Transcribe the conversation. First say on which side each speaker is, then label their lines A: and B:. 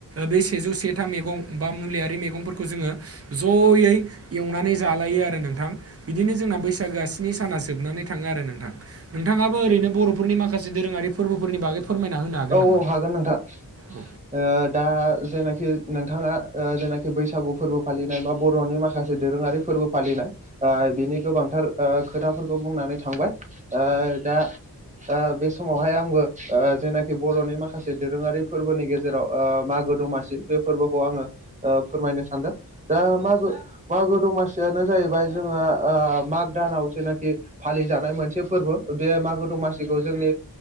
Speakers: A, on the right; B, on the right.
A: बेै सेजौ से था मैगं बा मुलियारि मैगंफोरखौ जोङो जयै एवनानै जालायो आरो नोंथां। बिदिनो जोंना बैसागोआ स्नि साना जोबनानै थाङो आरो नोंथां नोंथाङा बो ओरैनो बर'फोरनि माखासे दोरोङारि फोरबोफोरनि बागै फोरमायना होनो हागोन
B: औ
A: नामा?
B: औ नोंथां।
A: औ।
B: ओ दा जेनाखि नोंथाङा ओ जेनाखि बैसागु फोरबो फालिनाय बा बर'नि माखासे दोरोङारि फोरबो फालिनाय ओ बिनि गोबांथार ओ खोथाफोरखौ बुंनानै थांबाय ओ दा ओ बे समावहाय आंबो ओ जेनाखि बर'नि माखासे दोरोङारि फोरबोनि गेजेराव ओ मागो दमासि बे फोरबोखौ आङो ओ फोरमायनो सानदों। दा मागो मागो दमासियानो जाहैबाय जोङो ओ माग दानाव जेनाखि फालिजानाय मोनसे फोरबो ओ बे मागो दमासिखौ जोंनि